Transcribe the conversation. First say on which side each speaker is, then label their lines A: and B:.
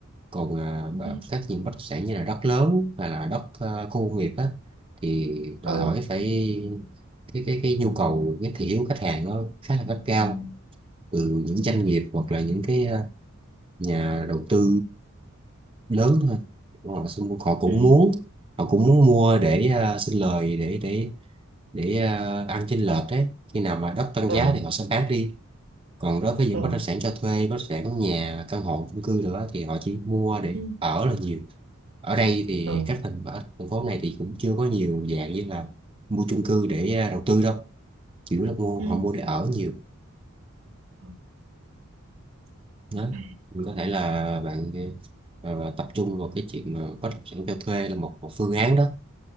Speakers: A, on the right; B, on the right.
A: còn à, bà-
B: ừ
A: các những bất động sản như là đất lớn hay là đất à, khu công nghiệp á thì đòi
B: ờ
A: hỏi phải cái cái cái nhu cầu cái thị hiếu khách hàng nó khá là gắt gao từ những doanh
B: ừ
A: nghiệp hoặc là những cái ờ, nhà đầu tư lớn thôi họ xin họ cũng
B: ừ
A: muốn họ cũng muốn mua để ờ, xin lời để để để ờ, ăn chênh lệch đấy khi nào mà đất tăng
B: ờ
A: giá thì họ sẽ bán đi còn đối với những
B: ờ
A: bất động sản cho thuê bất động sản nhà căn hộ chung cư nữa thì họ chỉ mua để
B: ừ
A: ở là nhiều ở đây thì
B: ờ
A: các thành ở thành phố này thì cũng chưa có nhiều dạng như là mua chung cư để ờ, đầu tư đâu chỉ là mua
B: ừ
A: họ mua để ở nhiều
B: ờ
A: Đó.
B: ừ,
A: Mình có thể là bạn ờ, tập trung vào cái chuyện mà bất động sản cho thuê là một, một phương án đó.